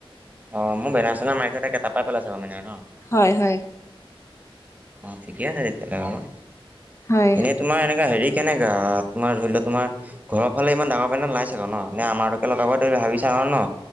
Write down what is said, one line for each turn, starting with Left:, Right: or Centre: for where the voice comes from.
Right: অ মোৰ বেনাচেনা মাৰি থ তাকে তাপাই পেলাই চাগ মানে ন
Left: হয় হয়
Right: অ ঠিকে আছে তেতিয়াহলে হ
Left: হয়।
Right: এনেই তোমাৰ এনেকা হেৰি কেনেকা তোমাৰ ধৰি লোৱা তোমাৰ ঘৰৰ ফালে ইমান ডাঙৰ পণ্ট নাই চাগ নে আমাৰোকে লগাব ত ভাবিছা ন